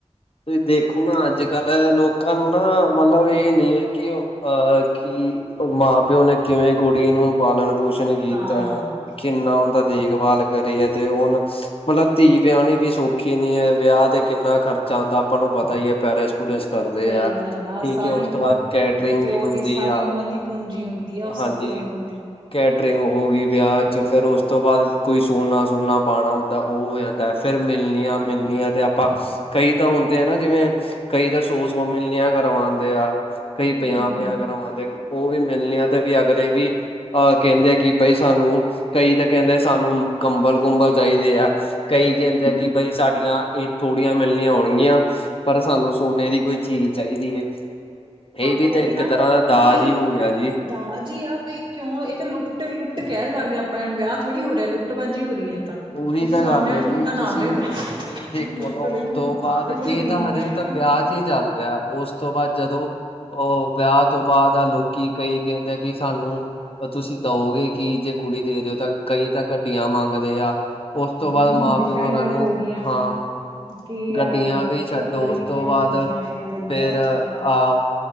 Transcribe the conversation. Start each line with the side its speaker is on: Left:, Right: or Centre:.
Left: ਤੁਸੀਂ ਦੇਖੋ ਨਾ ਅੱਜ ਕੱਲ੍ਹ ਲੋਕਾਂ ਨੂੰ ਨਾ ਮਤਲਬ ਇਹ ਨਹੀਂ ਹੈ ਕਿਹ ਕੀ ਮਾਂ ਪਿਓ ਨੇ ਕਿਵੇਂ ਕੁੜੀ ਨੂੰ ਪਾਲਣ ਪੋਸ਼ਣ ਕੀਤਾ
Right: ਹਾਂ
Left: ਐ ਕਿੰਨਾ ਉਂਦਾ ਦੇਖਭਾਲ ਕਰੀ ਹੈ ਤੇ ਹੁਣ ਮਤਲਬ ਧੀ ਵਿਆਹਣੀ ਵੀ ਸੌਖੀ ਨੀ ਹੈ ਵਿਆਹ ਤੇ ਕਿੰਨਾ ਖਰਚ ਜਾਂਦਾ ਆਪਾਂ ਨੂੰ ਪਤਾ ਹੀ ਹੈ ਪੈਲਿਸ ਪੁਲਿਸ ਕਰਦੇ
Right: ਸਹੀ
Left: ਆ
Right: ਗੱਲ
Left: ਠੀਕ
Right: ਸਾਰੀ
Left: ਹੈ ਉਸ ਤੋਂ ਬਾਅਦ ਕੈਟਰਿੰਗ
Right: ਇੱਕ ਪਿਓ
Left: ਵੀ ਹੁੰਦੀ
Right: ਦੀ ਸਾਰੀ
Left: ਆ।
Right: ਉਮਰ ਦੀ ਪੂੰਜੀ ਹੁੰਦੀ ਆ ਉਹ ਸਾਰੀ
Left: ਹਾਂਜੀ
Right: ਉਮਰ ਦੀ।
Left: ਕੈਟਰਿੰਗ ਹੋ ਗਈ ਵਿਆਹ ਚ ਫੇਰ ਉਸ ਤੋਂ ਬਾਅਦ ਕੋਈ ਸੋਨਾ ਸੋਨਾ ਪਾਉਣਾ ਹੁੰਦਾ ਉਹ ਹੋ ਜਾਂਦਾ। ਫਿਰ ਮਿਲਣੀ ਆਂ - ਮਿਲਣੀ ਆਂ ਤੇ ਆਪਾਂ ਕਈ ਤਾਂ ਹੁੰਦੇ ਆ ਨਾ ਜਿਵੇਂ ਕਈ ਤਾਂ ਸੋ- ਸੋ ਮਿਲਣੀਆਂ ਕਰਵਾਉਂਦੇ ਆ। ਕਈ ਪੰਜਾਹ-ਪੰਜਾਹ
Right: ਹਮ
Left: ਕਰ ਆਉਂਦੇ ਉਹ ਵੀ ਮਿਲਣੀਆਂ ਤੇ ਵੀ ਅਗਲੇ ਵੀ ਅਹ ਕਹਿੰਦੇ ਆ ਕਿ ਬਈ ਸਾਨੂੰ ਕਈ ਤਾਂ ਕਹਿੰਦੇ ਸਾਨੂੰ ਕੰਬਲ ਕੁੰਬਲ ਚਾਹੀਦੇ ਆ। ਕਈ ਕਹਿੰਦੇ ਆ ਕਿ ਬਾਈ ਸਾਡੀਆਂ ਇਹ ਥੋੜੀਆਂ ਮਿਲਣੀਆਂ ਹੋਣਗੀਆਂ ਪਰ ਸਾਨੂੰ ਸੋਨੇ ਦੀ ਕੋਈ ਚੀਜ਼ ਚਾਹੀਦੀ ਹੈ। ਇਹ
Right: ਹਾਂ
Left: ਵੀ
Right: ਉਹੀ
Left: ਤਾਂ ਇੱਕ
Right: ਨਾ
Left: ਤਰ੍ਹਾਂ ਦਾ ਦਾਜ
Right: ਵੀ
Left: ਹੀ ਹੋ ਗਿਆ ਜੀ।
Right: ਦਾਜ ਜੀ ਆ ਬਈ ਕਿਉਂ ਇਹ ਤਾਂ ਲੁੱਟ -ਲੁੱਟ ਕਹਿ ਸਕਦੇ ਹਾਂ ਆਪਾਂ ਵਿਆਹ ਥੋੜ੍ਹੀ ਹੋ ਰਿਹਾ ਲੁੱਟਬਾਜ਼ੀ ਹੋ ਰਹੀ ਹੈ ਇਹ ਤਾਂ
Left: ਉਹੀ
Right: ਤੁਸੀਂ
Left: ਤਾਂ
Right: ਸਾਹਮਣੇਯੋ
Left: ਗੱਲ ਹੈ ਜੀ
Right: ਲੁੱਟਣ
Left: ਤੁਸੀਂ
Right: ਆ ਰਹੇ ਹੋ।
Left: ਇਹ ਦੇਖੋ
Right: ਤੁਸੀਂ ਲੁੱਟ
Left: ਨਾ
Right: ਰਹੇ
Left: ਉਸ
Right: ਹੋ ਉਹਨੂੰ
Left: ਤੋਂ ਬਾਅਦ
Right: ਆਪਦੀ
Left: ਇਹ
Right: ਕੁੜੀ ਦੇਣੀ
Left: ਤਾਂ ਹਜੇ
Right: ਪਏ ਨਾ
Left: ਤਾਂ ਵਿਆਹ ਚ ਹੀ ਚੱਲ ਰਿਹਾ ਉਸ ਉਸ ਤੋਂ ਬਾਅਦ ਜਦੋਂ ਉਹ ਵਿਆਹ ਤੋਂ ਬਾਅਦ ਆ ਲੋਕੀ ਕਈ ਕਹਿੰਦੇ ਕਿ ਸਾਨੂੰ ਤੁਸੀਂ ਦਓਗੇ ਕਿ ਜੇ ਕੁੜੀ ਦੇ ਰਹੇ ਹੋ ਤਾਂ ਕਈ ਤਾਂ ਗੱਡੀਆਂ ਮੰਗਦੇ ਆ। ਉਸ ਤੋਂ
Right: ਹਮ
Left: ਬਾਅਦ ਮਾਂ
Right: ਡਿਫੈਂਡਰ
Left: ਪਿਓ ਹੋਰਾਂ ਨੂੰ
Right: ਹੋ ਗਈਆਂ
Left: ਹਾਂ।
Right: ਕੀ ਆ
Left: ਗੱਡੀਆਂ ਵੀ ਛੱਡੋ
Right: ਲੰਬਰ
Left: ਉਸ
Right: ਗਿਨੀਆਂ
Left: ਤੋਂ ਬਾਅਦ
Right: ਹੋ ਗਈਆਂ ਓਡੀਆਂ
Left: ਫਿਰ
Right: ਹੋ
Left: ਆਹ
Right: ਗਈਆਂ